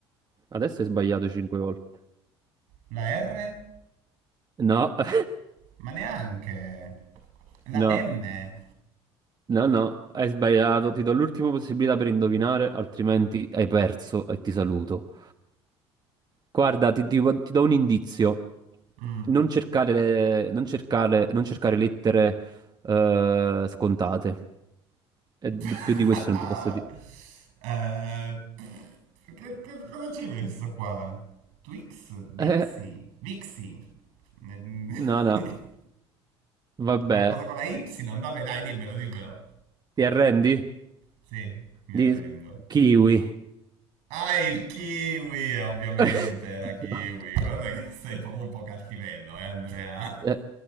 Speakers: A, on the right; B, on the right.
A: Adesso hai sbagliato 5 volte.
B: la R?
A: No. <laughs>
B: Ma neanche. La
A: No,
B: M?
A: no, no, hai sbagliato. Ti do l'ultima possibilità per indovinare, altrimenti hai perso e ti saluto. Guarda, ti, ti- ti do un indizio.
B: Mm.
A: Non cercare, le- non cercare, non cercare lettere eh, scontate. E d-
B: <laughs>
A: più di questo
B: Ah,
A: non ti posso dire.
B: eh, pff, che, che- cosa ci hai messo qua? Twix? Bixi?
A: Eh,
B: Vixi? Ne-
A: no, no,
B: <laughs>
A: vabbè.
B: Qualcosa con la Y? Vabbè, dai, dimmelo, dimmelo.
A: Ti arrendi?
B: Sì, mi arrendo.
A: Di kiwi.
B: Ah, il kiwi, eh, ovviamente,
A: <laughs>
B: era kiwi. Guarda che sei proprio un po' cattivello, eh, Andrea.
A: Eh,